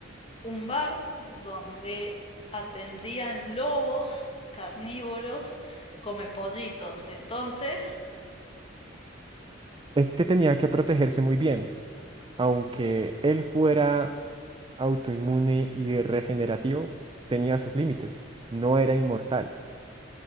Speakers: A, on the left; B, on the right.
A: Un bar donde atendían lobos carnívoros comepollitos. Entonces,
B: Este tenía que protegerse muy bien, aunque él fuera autoinmune y regenerativo, tenía sus límites, no era inmortal.